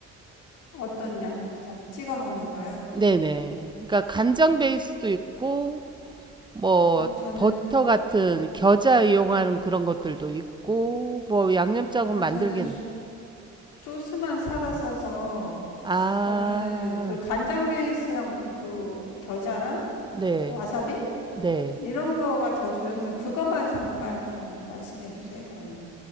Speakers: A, on the left; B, on the right.
A: 어떤 양념장 찍어 먹는가요?
B: 네네. 그러니까 간장 베이스도 있고, 뭐,
A: 아, 저는
B: 버터 같은 겨자 이용하는 그런 것들도 있고, 뭐, 양념장은
A: 아니
B: 만들긴,
A: 저는 소스만 사다 써서
B: 아,
A: 저는 그 간장 베이스랑 그 겨자랑
B: 네,
A: 와사비
B: 네.
A: 이런 거가 더 줄여서 그것만 잠깐 좀 말씀해 주세요. 그러면.